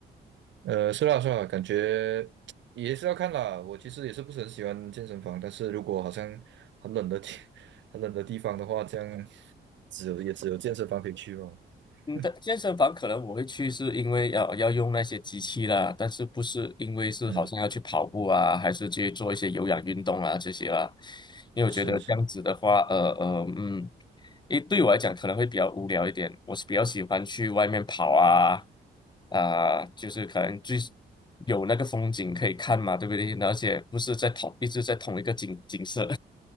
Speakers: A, on the right (about 65°); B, on the left (about 20°).
A: 呃，是啦是啦，感觉也是要看啦。我其实也是不是很喜欢健身房，但是如果好像很冷的天、<laughs> 很冷的地方的话，这样只有也只有健身房可以去哦。
B: 嗯，
A: <laughs>
B: 但健身房可能我会去，是因为要要用那些机器啦，但是不是因为是好像要去跑步啊，
A: 嗯，
B: 还是去做一些有氧运动啊这些啦？因为我觉得这样子的话，
A: 是是，
B: 呃呃嗯，因为对我来讲可能会比较无聊一点，我是比较喜欢去外面跑啊，啊、就是可能最有那个风景可以看嘛，对不对？而且不是在同一直在同一个景景色，